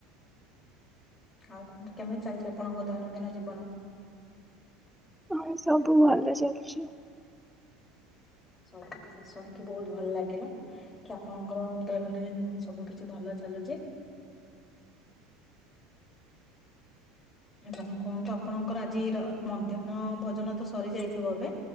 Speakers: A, on the left; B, in the centre.
A: ଆଉ, କୁହନ୍ତୁ କେମିତି ଚାଲିଛି, ଆପଣଙ୍କ ଦୈନନ୍ଦିନ ଜୀବନ?
B: ଆଉ ସବୁ ଭଲ ଚାଲିଛି।
A: ସବୁ କିଛି ଶୁଣିକି ବହୁତ ଭଲ ଲାଗିଲା। କି ଆପଣଙ୍କର ଦୈନନ୍ଦିନ ଜୀବନ ସବୁ କିଛି ଭଲ ଚାଲୁଛି।
B: <inaudible>
A: ଏବଂ କୁହନ୍ତୁ ଆପଣଙ୍କର ଆଜି ର ମଧ୍ୟାହ୍ନ ଭୋଜନ ତ ସରି ଯାଇଥିବ ଏବେ?